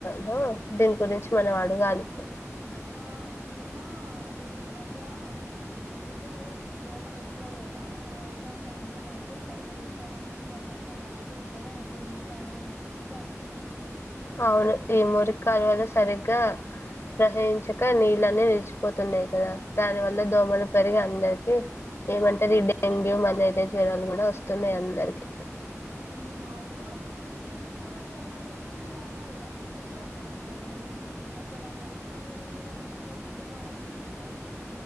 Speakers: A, on the left; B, on the right.
A: లో దీని గురించి మనం అడగాలి
B: ఆ మొన్న ఈ మధ్య వీదిలో దోమలు ఎక్కువ అయ్యాయా మా ఊ ఇలో సాయంత్రం అయితే బయట కూర్చోలంటేనే భయం ఎస్తుంది అందుకే ఇంట్లోనే ఉంటున్నాం సాయంత్రం అయింది అంటే చాలు
A: అ అవును ఈ మురి కాలవలు సరిగ్గా ప్రహయించక నీళ్ళని అన్ని నిల్చ్ తున్నాయి కదా దాని వల్ల దోమలు పెరిగి అందరికి ఏమంటారు ఈ డెంగ్యూ మలేర్ తే జ్వరాలు కూడా వస్తున్నాయి అందరికి
B: హ్మ్ మా ఊరిలో కూడా మొన్న నే బ్లీచింగ్ కూడా చల్లరు వచ్చి గాని అది వర్షం పడ్డా అంత కొట్కాపోయింది అసలు ఆ మురి కాలువల మీద మూతలు ఉంటే బాగుంటుంది కదా